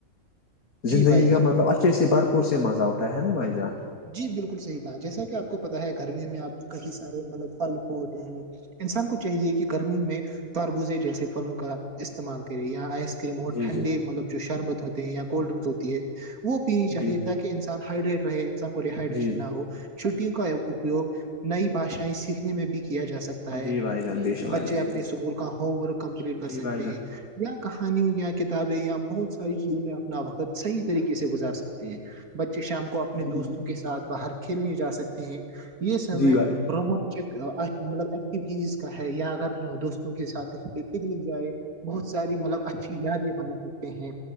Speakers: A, on the right; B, on the left.
A: جی
B: زندگی
A: بھائی جان
B: کا مطلب اچھے سے بھرپور سے مزہ اٹھا ہے نا بھائی جان
A: جی بالکل صحیح کہا جیسا کہ آپ کو پتا ہے گرمیوں میں آپ کئی سارے مطلب پھل ہووتے ہیں انسان کو چاہیے کہ گرمیوں میں تربوزے جیسے پھلوں کا استعمال کرے یا آیس کریم اور
B: جی
A: ٹھنڈے
B: جی
A: مطلب جو شربت ہوتے ہیں یا کولڈ ڈرنکس ہوتی ہے وہ پینی چاہیے
B: جی
A: تاکہ ان انسان ہائڈریٹ رہے انسان کو ڈیہائڈریشن
B: جی جی
A: نہ ہو چھٹیوں کا اپیوگ نئی بھشائیں سیکھنے میں بھی کیا جا سکتا تا ہے
B: جی بھائی جان بے شک بھائی
A: بچے
B: جان
A: اپنے اسکول کا ہوم ورک کمپلیٹ کر سکتے
B: جی بھائی جان
A: ہیں یا کہانیوں یا کتابیں یا بہت ساری چیزوں میں اپنا وقت صحیح طریقے سے گزار سکتے ہیں بچے شام کو اپنے
B: جی
A: دوستوں
B: جی
A: کے ساتھ باہر کھیلنے جا سکتے ہیں یہ سمے
B: جی بھائی
A: رومان چک مطلب ایکٹیوٹیز کا ہے یا اگر دوستوں کے ساتھ کہیں پہ پکنک جائے <inaudible> بہت ساری مطلب اچھی یادیں بنا سکتے ہیں